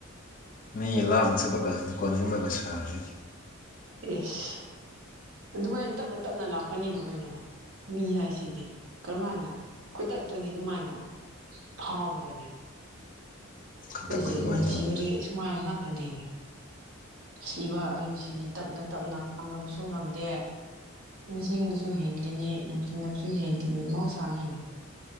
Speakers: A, on the left; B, on the right.
A: ꯃꯤ ꯂꯥꯞꯅ ꯆꯠꯂ ꯀꯥꯟꯗ ꯀꯣꯜꯅꯤꯡꯕꯒ ꯁꯥꯔꯦꯅꯦ
B: ꯢꯁ ꯑꯗꯨꯃꯥꯏꯅ ꯇꯞꯅ ꯇꯞꯅ ꯂꯥꯛꯀꯅꯤꯅ ꯀꯩꯅꯣ ꯃꯤ ꯍꯥꯏꯁꯤꯗꯤ ꯀꯔꯝꯃꯥꯏꯅ ꯈꯨꯗꯛꯇꯗꯤ ꯑꯗꯨꯃꯥꯏꯅ ꯐꯥꯎꯈ꯭ꯔꯅꯤ
A: ꯈꯟꯇꯛ
B: ꯑꯩꯁꯦ
A: ꯑꯗꯨꯃꯥꯏꯅ
B: ꯅꯨꯡꯁꯤꯕꯗꯤ
A: ꯇꯧꯗꯣꯏꯅ
B: ꯁꯨꯃꯥꯏꯅ ꯉꯥꯛꯇꯅꯤꯅꯦ ꯁꯤꯕ ꯍꯥꯢꯕꯁꯤꯗꯤ ꯇꯞꯅ ꯇꯞꯅ ꯉꯪꯅꯕꯁꯨ ꯉꯝꯗꯦ ꯅꯤꯡꯁꯤꯡꯕꯁꯨ ꯍꯦꯟꯒꯅꯤ ꯅꯨꯡꯁꯤꯅꯕꯁꯨ ꯍꯦꯟꯒꯅꯤ ꯃꯍꯧꯁꯥꯅꯤꯅꯦ